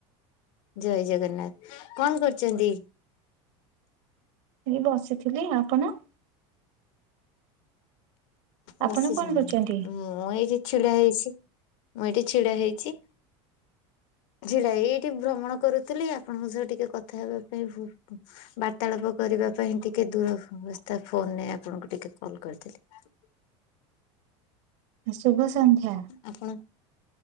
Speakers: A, on the left; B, on the right.
A: ଜୟ ଜଗନ୍ନାଥ କଣ କରୁଛନ୍ତି?
B: ଏ ବସିଥିଲି ଆପଣ? ଆପଣ
A: ବସିଛନ୍ତି
B: କଣ କରୁଛନ୍ତି?
A: ମୁଁ ଏଇଠି ଛିଡା ହେଇଛି। ମୁଁ ଏଠି ଛିଡା ହେଇଛି। ଝିଲା ଏଇଠି ଭ୍ରମଣ କରୁଥିଲି ଆପଣଙ୍କ ସହ ଟିକେ କଥା ହେବା ପାଇଁ ବାର୍ତ୍ତାଳାପ କର। ଯ ପାଇଁ ଟିକେ ଦୂରବସ୍ଥ ଫୋନରେ ଆପଣଙ୍କୁ ଟିକେ କଲ୍ କରିଥିଲି।
B: ଶୁଭ ସନ୍ଧ୍ୟା।
A: ଆପଣ